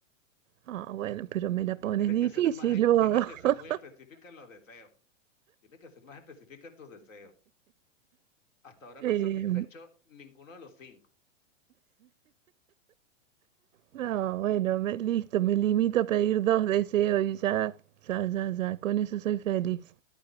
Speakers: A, on the right (about 90°); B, on the left (about 80°).
A: Ah, bueno, pero me la pones
B: Tienes
A: difícil
B: que ser más, e-
A: vos.
B: tienes que
A: <laughs>
B: ser muy específica en los deseos. Tienes que ser más específica en tus deseos. Hasta ahora
A: Eh,
B: no has satisfecho ninguno de los cinco.
A: no, bueno, me- listo, me limito a pedir dos deseos y ya, ya, ya, ya, con eso soy feliz.